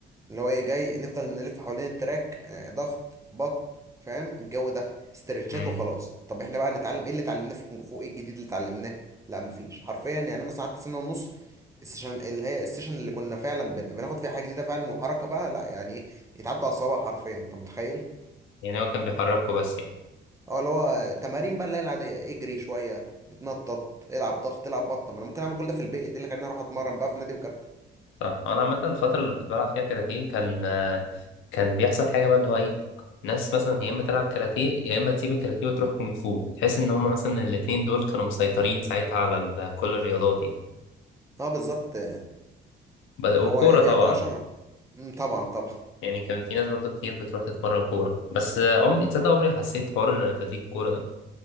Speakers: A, on the right; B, on the left.
A: اللي هو ايه جاي نفضل نلف حوالين التراك آه، ضغط بطن فاهم الجو ده استرتشات
B: امم
A: وخلاص طب احنا بقى نتعلم ايه اللي اتعلمناه في الكونج فو ايه الجديد اللي اتعلمناه لا مفيش حرفيا يعني مثلا قعدت سنه ونص السيشن اللي هي السيشن اللي كنا فعلا بن- بناخد فيها حاجه جديده فعلا وحركه بقى لا يعني ايه يتعدى على الصوابع حرفيا انت متخيل
B: يعني هو كان بيحركه بس يعني
A: اه اللي هو تمارين بقى اللي هي العاديه اجري شويه اتنطط العب ضغط العب بطن طب ما انا ممكن اعمل كل ده في البيت ايه اللي خلاني اروح اتمرن بقى في نادي وكابتن
B: صح انا عامه الفتره اللي كنت بلعب فيها كاراتيه كان آه، كان بيحصل حاجه بقى اللي هو ايه ناس مثلا يا اما تلعب كاراتيه يا اما تسيب الكاراتيه وتروح كونغ فو تحس ان هم مثلا الاتنين دول كانوا مسيطرين ساعتها على ال- كل الرياضات يعني
A: اه بالظبط آه،
B: بل-
A: هو
B: والكوره
A: يعني
B: طبعا
A: يعتبر شجره مم، طبعا طبعا
B: يعني كان في ناس برضو كتير بتروح تتمرن كوره بس آه، عمري تصدق عمري حسيت حوار تدريب الكوره ده